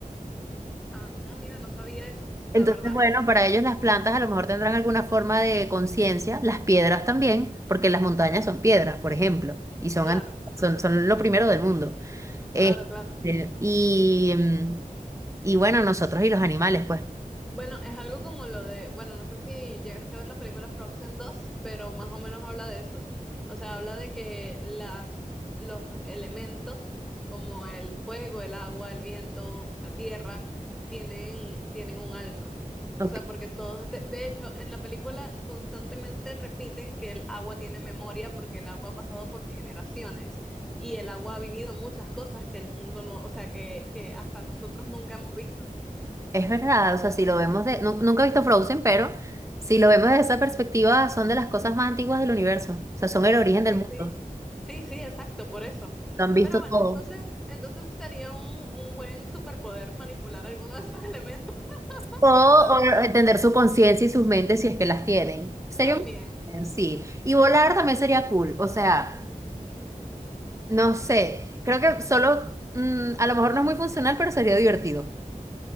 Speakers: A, in the centre; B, on the right.
A: Ah, mira, no sabía eso, la
B: Entonces,
A: verdad.
B: bueno, para ellos las plantas a lo mejor tendrán alguna forma de conciencia, las piedras también, porque las montañas son piedras, por ejemplo, y son,
A: Claro.
B: an- son, son lo primero del mundo. Este,
A: Claro, claro.
B: y, mm, y bueno, nosotros y los animales, pues.
A: Bueno, es algo como lo de, bueno, no sé si llegaste a ver la película Frozen dos, pero más o menos habla de eso. O sea, habla de que las, los elementos como el fuego, el agua, el viento, la tierra, tienen, tienen un alma. O
B: Ok.
A: sea, porque todos, este- de hecho, en la película constantemente repiten que el agua tiene memoria porque el agua ha pasado por generaciones y el agua ha vivido muchas cosas que el mundo no, o sea, que, que hasta nosotros nunca hemos visto.
B: Es verdad, o sea, si lo vemos de... nu- nunca he visto Frozen, pero si lo vemos desde esa perspectiva, son de las cosas más antiguas del universo, o sea, son el origen del
A: Sí,
B: mundo.
A: sí. Sí, sí, exacto, por eso.
B: Lo han visto
A: Pero bueno,
B: todo.
A: entonces, entonces sería un, un buen superpoder manipular alguno de esos <laughs> elementos,
B: O,
A: la
B: o
A: verdad.
B: entender su conciencia y sus mentes si es que las tienen. Sería
A: También.
B: un placer, sí. Y volar también sería cool. O sea, no sé. Creo que solo, mm, a lo mejor no es muy funcional, pero sería divertido.